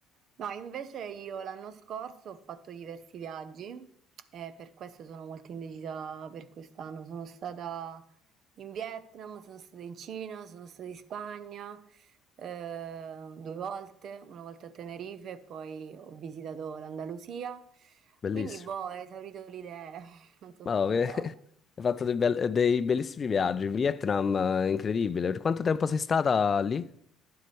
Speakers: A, on the right; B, on the left.
A: No, invece io l'anno scorso ho fatto diversi viaggi e per questo sono molto indecisa per quest'anno. Sono stata in Vietnam, sono stata in Cina, sono stata in Spagna eh, due volte, una volta a Tenerife e poi ho visitato l'Andalusia.
B: Bellissimo.
A: Quindi, boh, ho esaurito le idee, <laughs> non so
B: Ma
A: più
B: <laughs> no,
A: cosa.
B: hai fatto dei, bel- dei bellissimi viaggi. In Vietnam, eh, incredibile. Per quanto tempo sei stata lì?